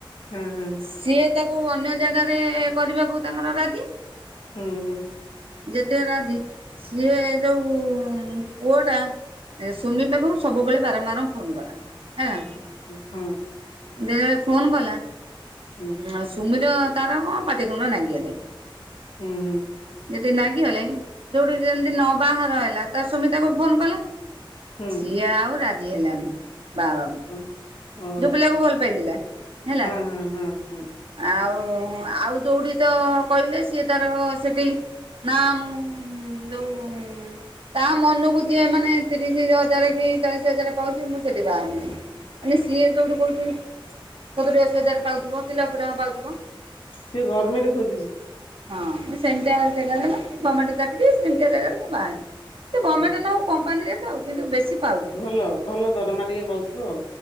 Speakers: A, on the left (about 70°); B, on the right (about 80°).
A: ହଁ ହଁ।
B: ସିଏ ତାକୁ ଅନ୍ୟ ଜାଗାରେ କରିବାକୁ ତାଙ୍କର ରାଜି।
A: ହୁଁ ହୁଁ।
B: ଯେତେ ରାଜି ସିଏ ଯୋଉ ପୁଅ ଟା ସୁମିପାକୁ ସବୁବେଳେ ବାରମ୍ବାର ଫୋନ କଲା। ହେଲା
A: ଓହୋ ହଁ।
B: ଯେତେବେଳେ ଫୋନ କଲା
A: ହୁଁ
B: ଉ ସୁମିର ତାର କଣ ପାଟି ତୁଣ୍ଡ ନାଗି ଗଲେ।
A: ହୁଁ ହୁଁ।
B: ଯଦି ନାଗିଗଲେ ଯୋଉଠି ଯେମତି ନ ବାହାର ହେଲା ତା ସୁମିତାକୁ ଫୋନ କଲା।
A: ହୁଁ
B: ସିଏ ଆଉ ରାଜି ହେଲାନି ବାହା ହେବାକୁ।
A: ହୁଁ ଓହୋ
B: ଯୋଉ ପିଲାକୁ ଭଲ ପାଇଥିଲା ହେଲା
A: ହଁ ହଁ ହଁ ହଁ
B: ଆଉ। ହ ଆଉ ଯୋଉଠି ତ କହିଲେ ସିଏ ତାର ସେଠି ନା ମୁଁ ହୁଁ ଯୋଉ ତା ମନକୁ ଯିଏ ମାନେ ତିରିଶ ହଜାର କି ଚାଳିଶ ହଜାର ପାଉଛି ମୁଁ ସେଠି ବାହା ହେବିନି ମାନେ ସିଏ ଯୋଉଠି କହୁଛି ସତୁରି ଅଶୀ ହଜାର ପାଉଥିବ କି ଲକ୍ଷ ଟଙ୍କା ପାଉଥିବ।
A: ସେ ଗରମେଣ୍ଟ ଖୋଜୁଛି?
B: ହଁ ମୁଁ ସେମିତିଆ ଜାଗାରେ ମାନେ ଗମେଣ୍ଟ ଚାକିରି ସେମତିଆ ଜାଗରେ ମୁଁ ବାହାହେମି। ସେ ଗମେଣ୍ଟ
A: ହଁ
B: ନହଉ କମ୍ପାନୀରେ ଥାଉ କିନ୍ତୁ ବେଶୀ ପାଉଥିବ
A: ଭଲ ଭଲ ଦରମା ଟିକେ ପାଉଥିବ।